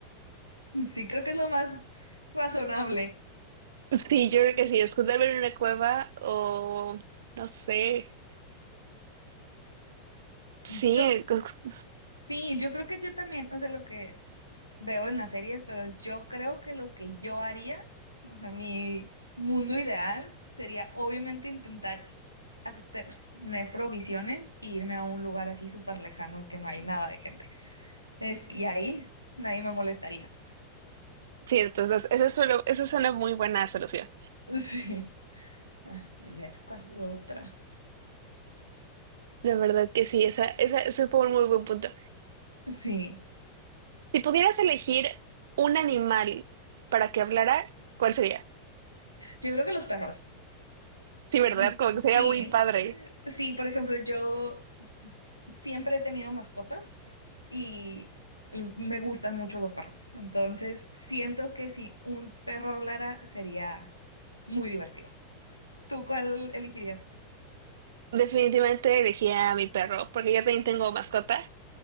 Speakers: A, on the left; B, on the right.
A: sí, creo que es lo más razonable.
B: Sí, yo creo que sí, esconderme en una cueva o no sé. Sí,
A: Yo
B: <laughs>
A: Sí, yo creo que yo también, o sea, lo que veo en las series, pero yo creo que lo que yo haría, o sea, mi mundo ideal sería obviamente intentar a- tener provisiones e irme a un lugar así súper lejano que no hay nada de gente. Es, y ahí nadie me molestaría. <laughs>
B: cierto, entonces, eso suena, eso suena muy buena solución.
A: Sí. Ah, A ver, ¿cuál otra?
B: De verdad que sí, esa, esa, ese fue un muy buen punto.
A: Sí.
B: Si pudieras elegir un animal para que hablara, ¿cuál sería?
A: Yo creo que los perros.
B: Sí, ¿verdad?
A: Mm,
B: Como que sería
A: Sí.
B: muy padre.
A: eh, Sí, por ejemplo, yo siempre he tenido mascotas. y l- me gustan mucho los perros. Entonces, siento que si un perro hablara sería muy divertido. ¿Tú cuál elegirías?
B: Definitivamente elegiría a mi perro, porque yo también tengo mascota.